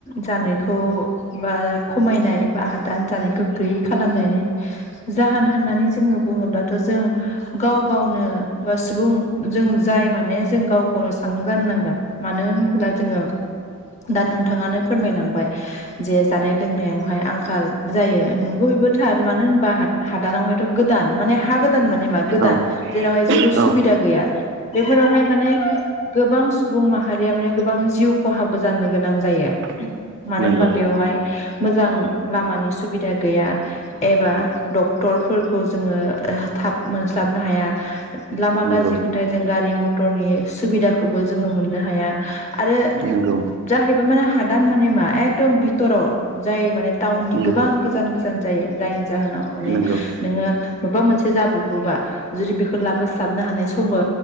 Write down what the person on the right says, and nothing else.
औ
औ
नंगौ
नंगौ
नंगौ
उम
नंगौ